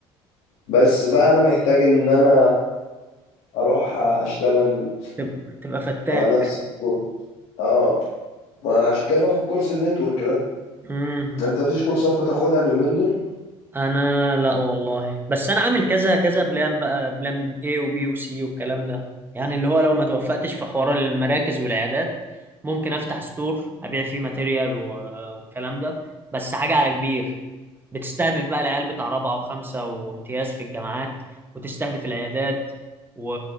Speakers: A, on the left; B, on the right.
A: بس بقى أنا محتاج إن أنا أروح أشتغل
B: تب- تبقى فتاك
A: على نفس الكورس اه ما أنا عشان كده باخد كورس النتورك ده
B: امم
A: أنت مفيش كورسات بتاخدها اليومين دول؟
B: انا لا والله بس انا عامل كذا كذا بلان بقى بلان A وبي وسي والكلام ده يعني اللي هو لو ما توفقتش في حوار المراكز والعيادات ممكن افتح ستور ابيع فيه ماتيريال و- والكلام ده بس حاجة على كبير بتستهدف بقى العيال بتاع رابعة وخمسة وامتياز في الجامعات وتستهدف العيادات و-